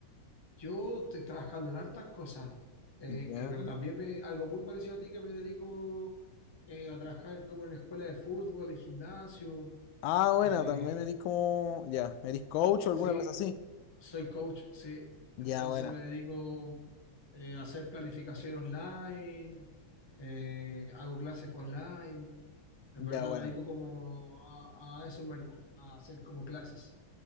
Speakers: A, on the left; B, on the left.
A: Yo estoy trabajando en hartas cosas, eh,
B: Ya.
A: eh, pero también me, algo muy parecido a ti que me dedico eh, a trabajar como en escuela de fútbol, en gimnasio.
B: Ah, bueno,
A: eh,
B: también eres como, ya, eres coach o
A: sí,
B: alguna cosa así.
A: Soy coach, sí.
B: Ya
A: Entonces
B: buena,
A: me dedico eh, a hacer planificación online, eh, hago clases online. En
B: ya
A: verdad
B: buena.
A: me dedico como a, a eso, en verdad, a hacer como clases,